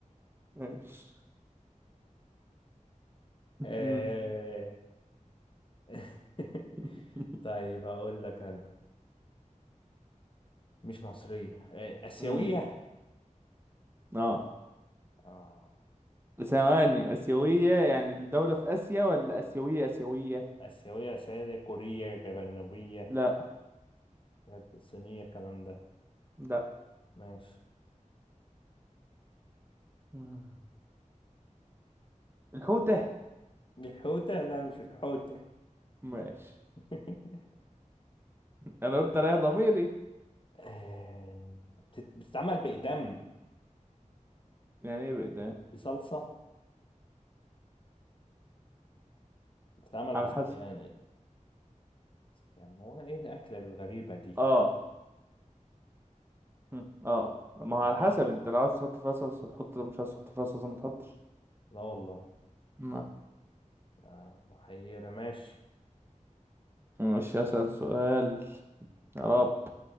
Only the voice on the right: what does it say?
ماشي
مم.
<laughs>
مم. اه
ثواني اسيوية يعني الدولة في اسيا ولا اسيوية اسيوية
لا
لا
مم. الحوتة
ماشي
انا قلت رايح ضميري
يعني ايه بقى
على
حسب
اه مم. اه ما هو
على حسب انت لو عايز تحط فيها صلصة تحط لو مش عايز تحط فيها صلصة ما تحطش
ما
مش اسأل سؤال يا رب